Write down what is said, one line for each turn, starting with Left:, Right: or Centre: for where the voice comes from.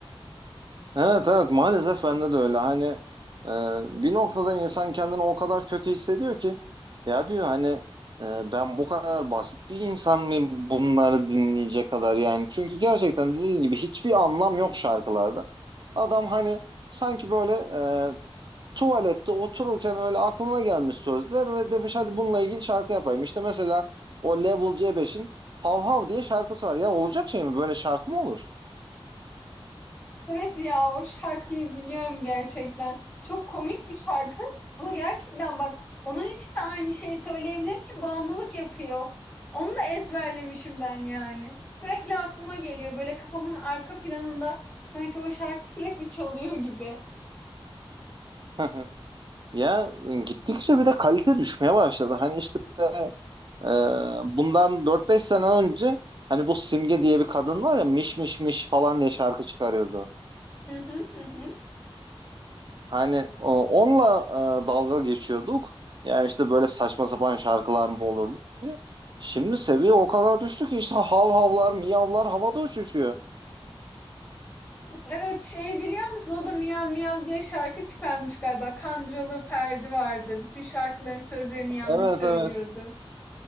Right: Evet evet maalesef bende de öyle hani e, bir noktada insan kendini o kadar kötü hissediyor ki ya diyor hani e, ben bu kadar basit bir insan mıyım bunları dinleyecek kadar yani çünkü gerçekten dediğin gibi hiçbir anlam yok şarkılarda adam hani sanki böyle e, tuvalette otururken öyle aklına gelmiş sözler ve demiş hadi bununla ilgili şarkı yapayım İşte mesela o Level c beş'in Hav Hav diye şarkısı var ya olacak şey mi böyle şarkı mı olur?
Left: Evet ya o şarkıyı biliyorum gerçekten. Çok komik bir şarkı ama gerçekten bak onun için de aynı şeyi söyleyebilirim ki bağımlılık yapıyor. Onu da ezberlemişim ben yani. Sürekli aklıma geliyor böyle kafamın arka planında sanki o şarkı sürekli çalıyor gibi.
Right: <laughs> Ya gittikçe bir de kalite düşmeye başladı. Hani işte e, bundan dört beş sene önce hani bu Simge diye bir kadın var ya miş miş miş falan diye şarkı çıkarıyordu.
Left: Hı hı hı hı.
Right: Hani o- onunla e, dalga geçiyorduk. Ya işte böyle saçma sapan şarkılar mı olurdu? Şimdi seviye o kadar düştü ki işte hav havlar, miyavlar havada uçuşuyor.
Left: Evet şeyi biliyor musun? O da Miyav Miyav diye şarkı çıkarmış galiba. Kandıralı Perdi vardı. Bütün şarkıların sözlerini yanlış
Right: Evet
Left: söylüyordu.
Right: evet.